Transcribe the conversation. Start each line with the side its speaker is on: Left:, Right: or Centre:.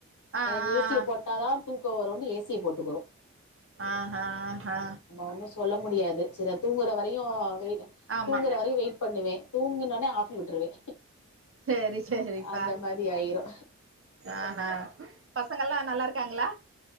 Right: ஆ ஆ
Left: எனக்கு ஏ சி ய போட்டாதா தூக்க வருன்னு ஏ சி ய போட்டுக்குறு
Right: ஆஹா ஹா
Left: ஒன்னு சொல்ல முடியாது செர் அது தூங்குற வரையு வெயிட்
Right: ஆமா
Left: தூங்குற வரையு வெயிட் பண்ணுவே தூங்குனனோ ஆஃப் பண்ணி விட்டுருவே
Right: செரி செரிப்பா
Left: அந்த மாரி ஆயிரு
Right: ஆஹா பசங்கல்லா நல்லா இருக்காங்ளா